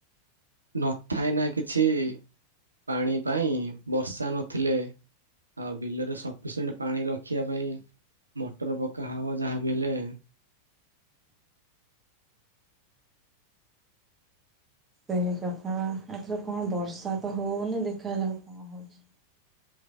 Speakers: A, on the right; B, on the right.
A: ନଥାଏ ନା କିଛି ପାଣି ପାଇଁ ବର୍ଷା ନଥିଲେ। ଆଉ ବିଲରେ ସପିଶେଣ୍ଟ ପାଣି ରଖିବା ପାଇଁ ମଟର ପକା ହେବ ଯାହାବି ହେଲେ।
B: ସେଇ କଥା ଏଥର କଣ ବର୍ଷା ତ ହଉନି ଦେଖାଯାଉ କଣ ହଉଚି।